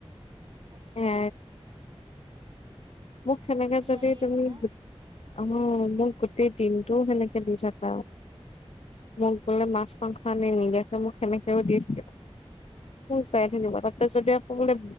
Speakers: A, on the right; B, on the left.
A: আতচ্ছা।
B: এ মোক সেনেকে
A: সেয়া
B: যদি
A: দিয়ে
B: তুমি
A: খালা
B: অ মোৰ গোটেই দিনটো টো সেনেকে দি থাক। মোক বোলে মাছ-মাংস
A: আচ্ছা
B: আনি নিজে মোক সেনেকেও দিছিথাকে। চাই থাকিব, তাপছতে আকৌ বোলে